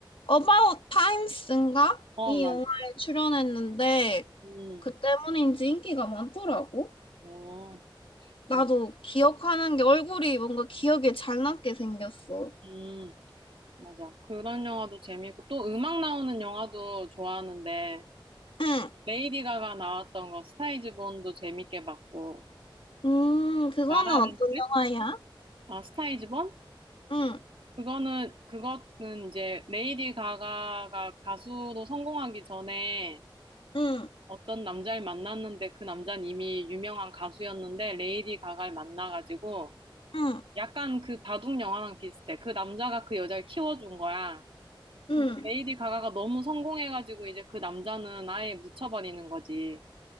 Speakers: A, on the left; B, on the right.
A: 어바웃 타임스인가?
B: 어,
A: 이
B: 맞,
A: 영화에 출연했는데
B: 음,
A: 그 때문인지 인기가 많더라고.
B: 어,
A: 나도
B: 맞,
A: 기억하는 게 얼굴이 뭔가 기억에 잘 남게 생겼어.
B: 음, 맞아. 그런 영화도 재밌고, 또 음악 나오는 영화도 좋아하는데,
A: 응.
B: 레이디 가가 나왔던 거, 스타이즈 본도 재밌게 봤고,
A: 음, 그거는
B: 라라랜드?
A: 어떤 영화야?
B: 아, 스타이즈 본?
A: 응,
B: 그거는, 그거는 이제, 레이디 가가가 가수로 성공하기 전에,
A: 응,
B: 어떤 남자를 만났는데 그 남자는 이미 유명한 가수였는데 레이디 가가를 만나가지고
A: 응,
B: 약간 그 바둑 영화랑 비슷해. 그 남자가 그 여자를 키워준 거야.
A: 응.
B: 근데 레이디 가가가 너무 성공해가지고 이제 그 남자는 아예 묻혀버리는 거지.